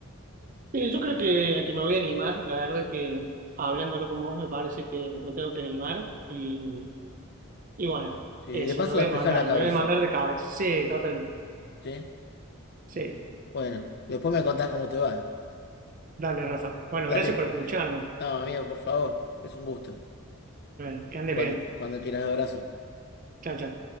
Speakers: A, on the right (about 40°); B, on the left (about 50°).
A: Sí, yo creo que, que me voy a animar, la verdad que hablándolo con vos me parece que me tengo que animar y, y bueno,
B: ¿sí?
A: eso,
B: Y de paso
A: me voy
B: despejar
A: a mandar,
B: la cabeza,
A: me voy a mandar de cabeza, sí, totalmente,
B: ¿sí?
A: sí,
B: Bueno, después me contás cómo te va, ¿eh?
A: dale Rafa. Bueno,
B: Dale.
A: gracias por escucharme,
B: No, amigo, por favor, es un gusto.
A: bueno, que andes
B: Cuando,
A: bien,
B: cuando quieras, abrazo.
A: chao, chao.